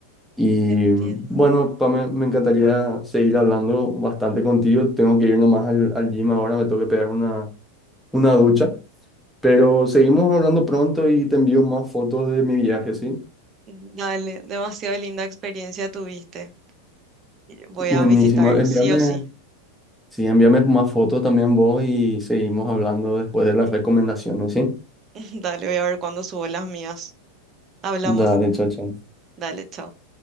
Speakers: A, in the centre; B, on the right.
A: Y
B: entiendo.
A: bueno, Pame, me encantaría seguir hablando bastante contigo. Tengo que ir nomás al, al gym ahora, me tengo que pegar una, una ducha. Pero seguimos hablando pronto y te envío más fotos de mi viaje, ¿sí?
B: Dale, demasiado linda experiencia tuviste. Voy
A: Buenísimo.
B: a visitar,
A: Envíame,
B: sí o sí.
A: sí, envíame más fotos también vos y seguimos hablando después de las recomendaciones, ¿sí?
B: <laughs> Dale, voy a ver cuándo subo las mías. Hablamos.
A: Dale, chao, chao.
B: Dale, chao.